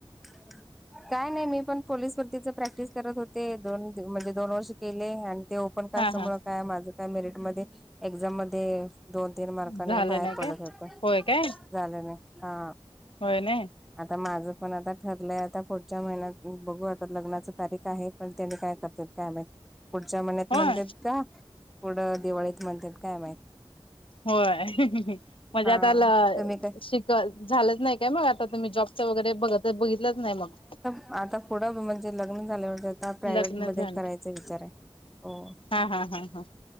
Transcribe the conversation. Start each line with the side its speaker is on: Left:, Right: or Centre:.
Centre: ह <inaudible> काय नाही मी पण पोलीस भरतीच प्रॅक्टिस करत होते दोन दिव म्हणजे दोन वर्ष केले आणि ते ओपन कास्टमुळ
Left: हा हा
Centre: काय माझं काय मेरिट मध्ये एक्झाम मध्ये दोन तीन मार्काने
Left: झालं
Centre: बाहेर
Left: नाही
Centre: पडत
Left: काय
Centre: होत
Left: होय काय
Centre: झालं नाही हा
Left: होय ने
Centre: आता माझं पण आता ठरलंय आता पुढच्या महिन्यात बघू आता लग्नाच तारीख आहे. पण त्यांनी काय करतात काय माहित पुढच्या मन्यात
Left: होय
Centre: म्हणतेत का पुढं दिवाळीत म्हणतेत काय माहित
Left: होय म्हणजे
Centre: हा
Left: आता ल
Centre: तुम्ही काय
Left: शिक झालंच नाही काय मग आता तुम्ही जॉबच वगैरे बघत बघितलंच नाही मग
Centre: आता पुढं म्हणजे लग्न झाल्यावर आता प्रायव्हेटमध्ये
Left: लग्न झालं
Centre: करायचा विचार आहे हो
Left: हा हा हा हा